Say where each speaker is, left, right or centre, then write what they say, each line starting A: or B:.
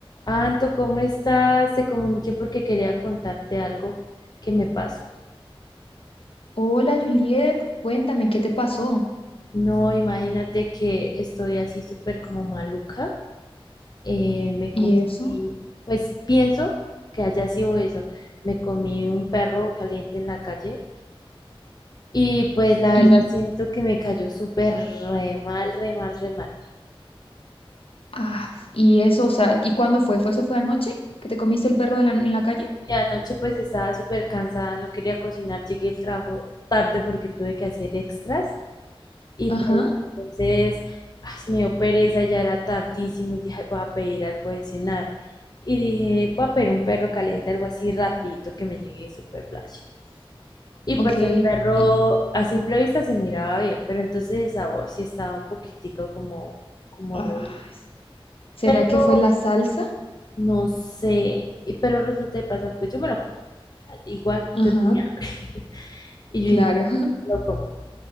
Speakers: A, on the left; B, on the left.
A: Anto, ¿cómo estás? Te comuniqué porque quería contarte algo que me pasó.
B: Hola Juliet, cuéntame qué te pasó.
A: No, imagínate que estoy así súper como maluca. Eh, me comí,
B: ¿Y eso?
A: pues pienso que haya sido eso. Me comí un perro caliente en la calle y pues la
B: Y,
A: verdad siento que me cayó súper re mal, re mal, re mal.
B: ah, y eso, o sea, ¿y cuándo fue? ¿Fue eso fue anoche que te comiste el perro de la- en la calle?
A: Y anoche pues estaba súper cansada, no quería cocinar, llegué al trabajo tarde porque tuve que hacer extras. Y
B: Ajá.
A: pues entonces ay, me dio pereza, ya era tardísimo y dije, "Ay, voy a pedir algo de cenar. Y dije, voy a pedir un perro caliente, algo así rapidito que me llegue super flash. Y
B: Ok.
A: pues
B: y-
A: el perro a simple vista se miraba bien, pero entonces el sabor sí estaba un poquitico como, como
B: Ay,
A: re-
B: ¿Será
A: Pero
B: que fue la salsa?
A: no sé, y- pero resulta y pasa, pues yo me lo comí. Igual
B: ajá,
A: yo tenía hambre. <laughs> Y yo
B: claro.
A: dije, me lo como.